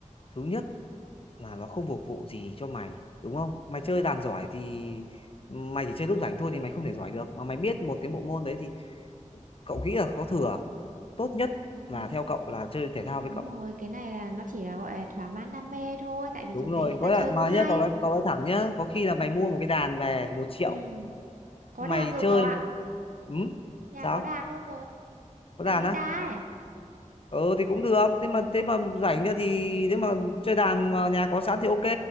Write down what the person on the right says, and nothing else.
ừ.
Đúng
rồi, cái này là nó chỉ là gọi là thỏa mãn đam mê thôi, tại vì
cháu thấy
người ta
chơi
cũng hay.
Ừ, có
đàn rồi
cậu ạ.
Nhà
có đàn luôn rồi.
Đàn
guitar
ấy.